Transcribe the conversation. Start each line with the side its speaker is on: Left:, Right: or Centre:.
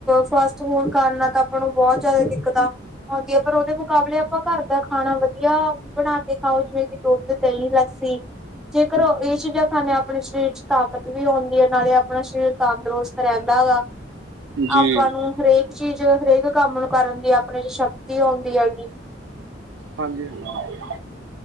Centre: ਫਾਸਟ ਫੂਡ ਕਰਨ ਨਾਲ ਤਾਂ ਆਪਾਂ ਨੂੰ ਬਹੁਤ ਜਿਆਦਾ ਦਿੱਕਤ ਆ। ਆਉਂਦੀ ਹੈ ਪਰ ਉਹਦੇ ਮੁਕਾਬਲੇ ਆਪਾਂ ਘਰ ਦਾ ਖਾਣਾ ਵਧੀਆ ਬਣਾ ਕੇ ਖਾਓ ਜਿਵੇਂ ਕਿ ਦੁਧ ਦਹੀ ਲੱਸੀ ਜੇਕਰ ਇਹ ਚੀਜ਼ਾਂ ਖਾਂਦੇ ਹਾਂ ਆਪਣੇ ਸਰੀਰ ਚ ਤਾਕਤ ਵੀ ਆਉਂਦੀ ਹੈ ਨਾਲੇ ਆਪਣਾ ਸਰੀਰ ਤੰਦਰੁਸਤ ਰਹਿੰਦਾ ਗਾ
Right: ਜੀ
Centre: ਆਪਾਂ ਨੂੰ ਹਰੇਕ ਚੀਜ਼ ਹਰੇਕ ਕੰਮ ਨੂੰ ਕਰਨ ਦੀ ਆਪਣੇ ਚ ਸ਼ਕਤੀ ਆਉਂਦੀ ਹੈਗੀ।
Right: ਹਾਂਜੀ ਹਾਂਜੀ।